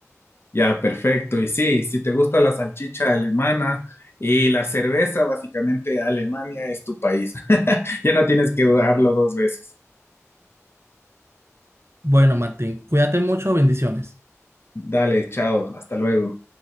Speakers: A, on the left; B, on the right.
A: Ya, perfecto. Y sí, si te gusta la salchicha alemana y la cerveza, básicamente Alemania es tu país. <laughs> Ya no tienes que dudarlo dos veces.
B: Bueno, Martín, cuídate mucho, bendiciones.
A: Dale, chao, hasta luego.